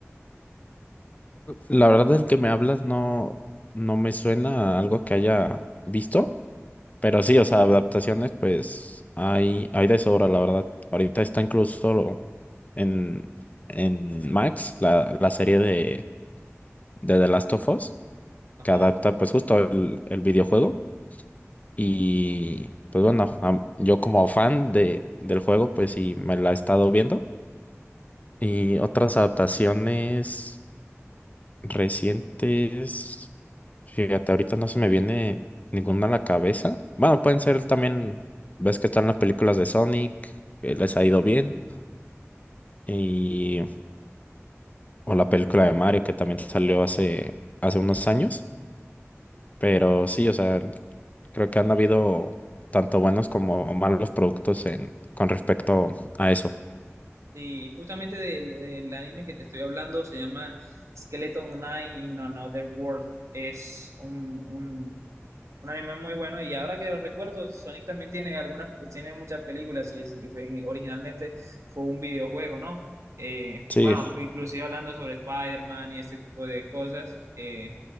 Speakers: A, on the left (about 30°); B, on the right (about 85°).
A: La verdad del que me hablas no, no me suena a algo que haya visto. Pero sí, o sea, adaptaciones, pues hay, hay de sobra, la verdad. Ahorita está incluso lo- en, en Max la, la serie de, de The Last of Us,
B: Ajá.
A: que adapta pues justo el, el videojuego. Y pues bueno, am- yo como fan de, del juego, pues sí, me la he estado viendo. Y otras adaptaciones recientes. Fíjate, ahorita no se me viene ninguna a la cabeza. Bueno, pueden ser también, ves que están las películas de Sonic, que les ha ido bien, y, o la película de Mario, que también salió hace, hace unos años. Pero sí, o sea, creo que han habido tanto buenos como malos productos en, con respecto a eso.
B: Y justamente del, del anime que te estoy hablando se llama Skeleton Knight in Another World. Es un, un, un anime muy bueno y ahora que lo recuerdo, Sonic también tiene algunas, tiene muchas películas y es- originalmente fue un videojuego, ¿no? Eh,
A: Sí,
B: bueno, inclusive hablando sobre Spider-Man y este tipo de cosas, eh,